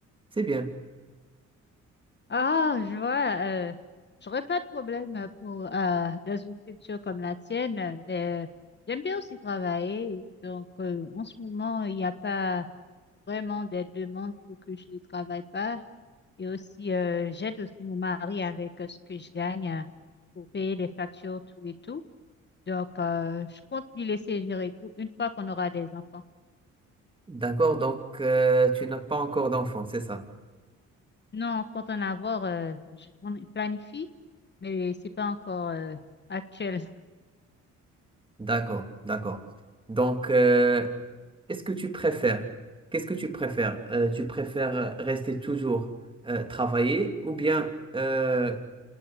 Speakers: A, on the right; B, on the left.
A: C'est bien.
B: Ah, je vois. Euh, j'aurais pas de problème pour euh, dans une culture comme la tienne, mais euh, j'aime bien aussi travailler. Donc, euh, en ce moment, il n'y a pas vraiment des demandes pour que je ne travaille pas. Et aussi, euh, j'aide aussi mon mari avec euh, ce que je gagne euh, pour payer les factures, tout et tout. Donc, euh, je compte lui laisser gérer tout une fois qu'on aura des enfants.
A: D'accord. Donc, euh, tu n'as pas encore d'enfant, c'est ça?
B: Non, on compte en avoir, euh, je- on planifie, mais c'est pas encore euh, actuel.
A: D'accord, d'accord. Donc, euh, est-ce que tu préfères, qu'est-ce que tu préfères? Euh, tu préfères rester toujours euh, travailler ou bien euh,